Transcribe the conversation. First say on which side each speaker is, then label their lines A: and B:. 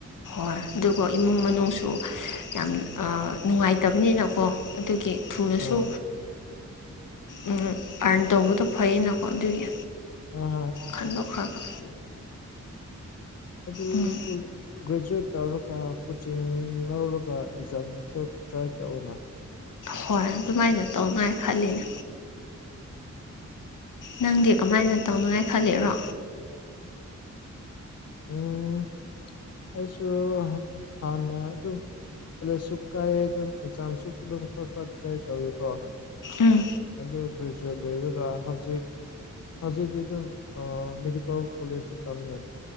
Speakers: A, on the left (about 85°); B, on the left (about 55°).
A: ꯍꯣꯏ ꯑꯗꯨꯒ ꯏꯃꯨꯡ ꯃꯅꯨꯡꯁꯨ ꯌꯥꯝ ꯑꯥ ꯅꯨꯨꯡꯉꯥꯏꯇꯕꯅꯤꯅꯀꯣ ꯑꯗꯨꯒꯤ ꯊꯨꯅꯁꯨ
B: ꯑꯥ
A: ꯎꯝ ꯑꯥ꯭ꯔꯟ ꯇꯧꯕꯗꯣ ꯐꯩꯌꯦꯅꯀꯣ ꯑꯗꯨꯒꯤ
B: ꯎꯝ ꯍꯥ
A: ꯈꯟꯗꯣꯛꯈ꯭ꯔꯕ
B: <unintelligible> ꯑꯗꯨ
A: ꯎꯝ
B: ꯀꯨꯜ ꯒ꯭ꯔꯦꯖꯨꯋꯦꯠ ꯇꯧꯔꯒ ꯀꯣꯆꯤꯡ ꯂꯧꯔꯒ ꯑꯦꯛꯖꯥꯝꯗꯣ ꯇ꯭ꯔꯥꯏ ꯇꯧꯋꯣꯅ
A: ꯍꯣꯏ ꯑꯗꯨꯃꯥꯏꯅ ꯇꯧꯅꯉꯥꯏ ꯈꯜꯂꯤꯅꯦ ꯅꯪꯗꯤ ꯀꯃꯥꯏꯅ ꯇꯧꯅꯉꯥꯏ ꯈꯜꯂꯤꯔꯣ
B: ꯎꯝ ꯑꯩꯁꯨ ꯍꯥ ꯍꯥꯟꯅ ꯑꯗꯨꯝ ꯀꯣꯂꯦꯖꯁꯨ ꯀꯥꯏꯌꯦ ꯑꯗꯨꯝ ꯑꯦꯛꯖꯥꯝꯁꯨ ꯑꯗꯨꯝ ꯈꯔ ꯈꯔ ꯇ꯭ꯔꯥꯏ ꯇꯧꯋꯤ ꯀꯣ
A: ꯎꯝ
B: ꯑꯗꯨ ꯒ꯭ꯔꯦꯖꯨꯋꯦꯠ ꯂꯣꯏꯔꯒ ꯍꯧꯖꯤꯛ ꯍꯧꯖꯤꯛꯇꯤ ꯑꯗꯨꯝ ꯑꯥ ꯃꯦꯗꯤꯀꯦꯜ ꯀꯣꯂꯦꯖꯇ ꯇꯝꯃꯦ